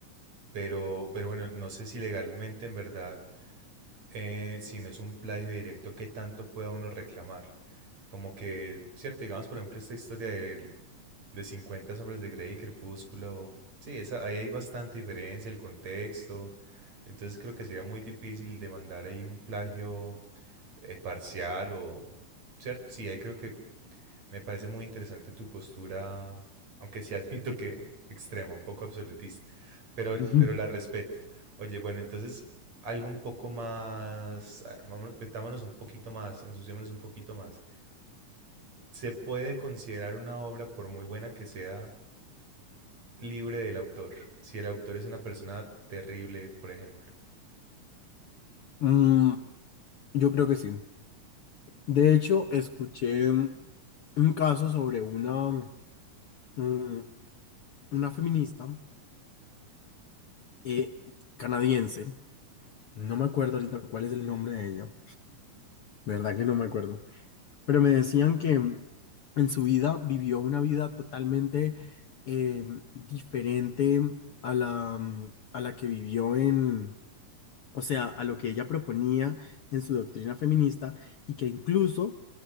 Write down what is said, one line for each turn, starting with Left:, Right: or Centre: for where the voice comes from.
Right: pero, pero bueno, no sé si legalmente en verdad, eh, si no es un plagio directo, qué tanto pueda uno reclamar. Como que, cierto, digamos, por ejemplo, esta historia del- de, 50 hombres de Grey y Crepúsculo, sí, esa, ahí hay bastante diferencia, el contexto. Entonces creo que sería muy difícil demandar ahí un plagio eh, parcial o, cierto, sí, ahí creo que me parece muy interesante tu postura, aunque sí <laughs> admito que extrema, un poco absolutista, pero,
Left: Ujú.
Right: pero la respeto. Oye, bueno, entonces algo un poco más, a ver, vamos- metámonos un poquito más, ensuciémonos un poquito más. ¿Se puede considerar una obra, por muy buena que sea, libre del autor? Si el autor es una persona terrible, por ejemplo.
Left: Mm, yo creo que sí. De hecho, escuché mm, un caso sobre una, mm, una feminista eh, canadiense. No me acuerdo ahorita cuál es el nombre de ella. ¿Verdad que no me acuerdo? pero me decían que en su vida vivió una vida totalmente eh, diferente a la, mm, a la que vivió en, o sea, a lo que ella proponía en su doctrina feminista y que incluso